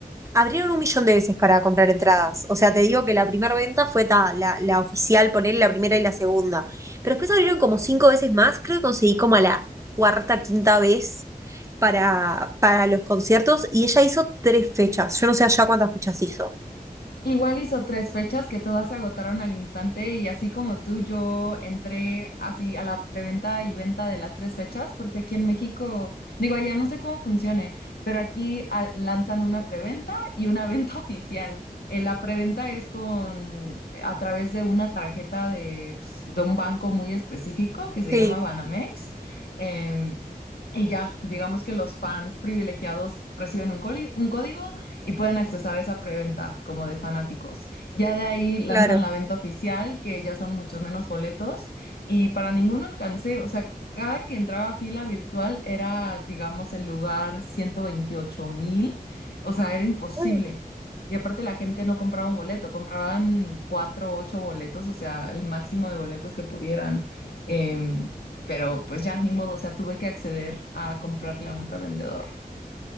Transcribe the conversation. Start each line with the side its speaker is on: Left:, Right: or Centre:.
Right: Abrieron un millón de veces para comprar entradas. O sea, te digo que la primera venta fue ta, la, la oficial, poner la primera y la segunda. Pero después abrieron como cinco veces más, creo que conseguí como a la cuarta, quinta vez para, para los conciertos y ella hizo tres fechas. Yo no sé allá cuántas fechas hizo.
Left: Igual hizo tres fechas que todas se agotaron al instante y así como tú, yo entré así a la preventa y venta de las tres fechas, porque aquí en México, digo, allá no sé cómo funcione, pero aquí ah, lanzan una preventa y una <laughs> venta oficial. Eh, la preventa es con a través de una tarjeta de, s- de un banco muy específico que se
Right: Sí,
Left: llama Banamex. em, y ya, digamos que los fans privilegiados reciben un, coli- un código y pueden accesar esa preventa como de fanáticos. Ya de ahí lanzan
Right: claro.
Left: la venta oficial, que ya son muchos menos boletos y para ninguno alcancé, o sea, cada que entraba a fila virtual era, digamos, el lugar 128 mil, o sea, era imposible.
Right: Mm.
Left: Y aparte la gente no compraba un boleto, compraban cuatro, o ocho boletos, o sea, el máximo de boletos que pudieran. em, pero pues ya, ni modo, o sea, tuve que acceder a comprarle a un revendedor.